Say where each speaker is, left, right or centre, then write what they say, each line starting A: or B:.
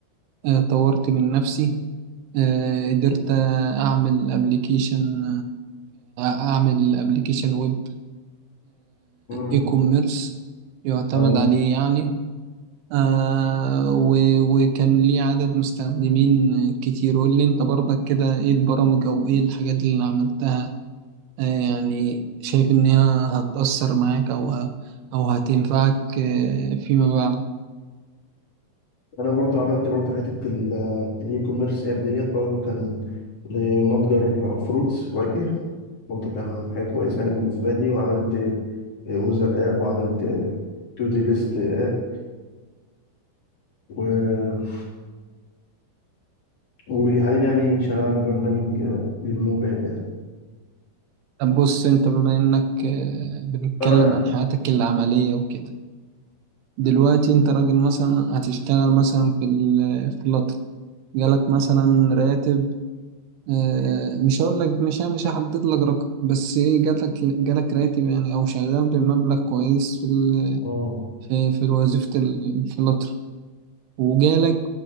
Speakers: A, on the right; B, on the left.
A: آه، طورت من نفسي آه، قدرت أعمل أبليكيشن أعمل أبليكيشن ويب
B: مم.
A: إي كوميرس يعتمد
B: اه
A: عليه يعني آه و- وكان ليه عدد مستخدمين كتير قول لي انت برضك كده ايه البرامج او ايه الحاجات اللي عملتها آه يعني شايف انها هتأثر معاك او ه- او هتنفعك آه فيما بعد
B: انا برضو عملت برضو حته ال- الاي كوميرس اب ديت برضو كان لمتجر فروتس فواكه برضه كان حاجة كويسة يعني بالنسبة لي وعملت ويزر اب وعملت تو دي ليست اب و... وحاليا يعني شغال على برنامج آه، للموف اب يعني
A: طب بص انت بما انك آه بنتكلم
B: فانا
A: عن حياتك العملية وكده دلوقتي انت راجل مثلا هتشتغل مثلا في ال- في اللطل جالك مثلا راتب آه، مش هقول لك مش يعني مش هحدد لك رقم بس ايه جالك جالك راتب يعني او شغال بمبلغ كويس في ال...
B: اه
A: في, في وظيفة ال- في القطر وجالك